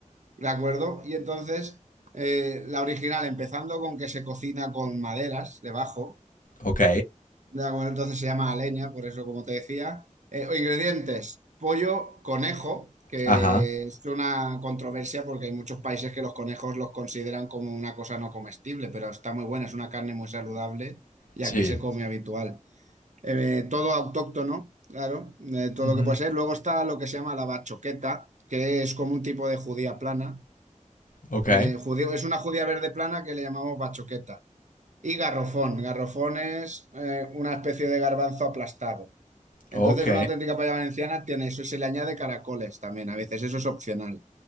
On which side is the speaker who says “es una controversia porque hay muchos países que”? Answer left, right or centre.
Right